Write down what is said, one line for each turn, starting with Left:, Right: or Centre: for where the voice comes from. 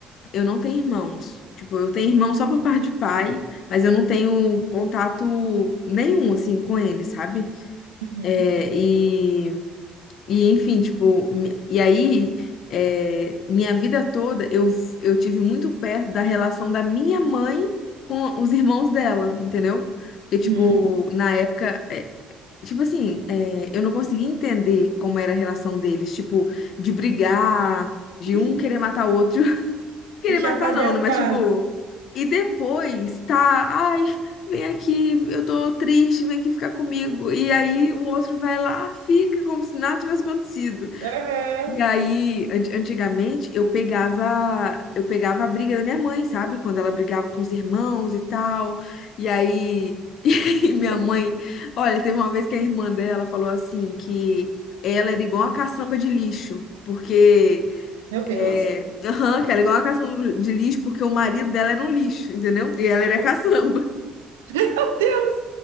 Left: eu não tenho irmãos. Tipo, eu tenho irmão só por parte de pai, mas eu não tenho contato nenhum, assim, com ele, sabe?
Right: Uhum,
Left: É, e, e, enfim, tipo, mi- e aí, é, minha vida toda eu, eu tive muito perto da relação da minha mãe com os irmãos dela, entendeu? Porque, tipo,
Right: uhum.
Left: na época. é, Tipo assim, é, eu não conseguia entender como era a relação deles, tipo, de brigar, de
Right: <laughs>
Left: um querer matar o outro. <laughs> Querer
Right: E já
Left: matar
Right: fazer
Left: não,
Right: as
Left: né? Mas
Right: pazes.
Left: tipo. E depois tá, ai, vem aqui, eu tô triste, vem aqui ficar comigo. E aí o outro vai lá, fica como se nada tivesse acontecido.
Right: Aham.
Left: E aí, an- antigamente, eu pegava, eu pegava a briga da minha mãe, sabe? Quando ela brigava com os irmãos e tal. E aí, <laughs> e aí minha
Right: Pô,
Left: mãe, olha, teve uma vez que a irmã dela falou assim que ela era igual a caçamba de lixo, porque
Right: Meu Deus.
Left: é, <laughs> aham, que ela era igual a caçamba de lixo porque o marido dela era um lixo, entendeu? E ela era caçamba.
Right: Meu Deus!